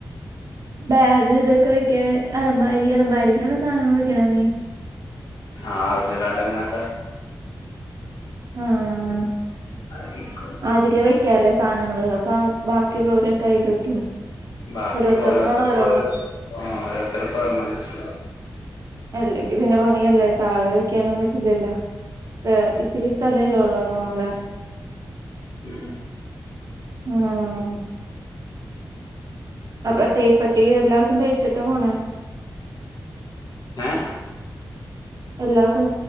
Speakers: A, on the right; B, on the left.
A: ബാഗ് ഇതൊക്കെ വെക്കാ അലമാരി അലമാരിലാണ് സാധനങ്ങള് വെക്കണ നീ
B: ആഹ് പിന്നല്ലാണ്ട് എങ്ങനാപ്പ
A: ആഹ്
B: <unintelligible>
A: അതില് വെക്കാല്ലേ സാനങ്ങള് അപ്പ ബാക്കിയുള്ളവരക്കെ അയ്ൽ വെക്കും
B: ബാക്കി
A: ഓരോരുത്തർക്കാണ്
B: ഓരോരുത്തർക്കും
A: ഓരോണോ
B: ഓരോ ഓരോരുത്തർക്കും ഒരെണ്ണം വെച്ച്
A: അല്ലെങ്കിൽ പിന്നെ പണിയല്ലേ താഴെ വെക്കാനും പറ്റില്ലല്ലോ ഇത്തിരി സ്ഥലല്ലേ ഒള്ളു മേള് ള്ള്
B: ഉം
A: ഉം അപ്പൊ തേപ്പട്ടി എല്ലാ ദിവസം തേച്ചിട്ട് പോണെ
B: ഏഹ്
A: <inaudible> എല്ലാ സം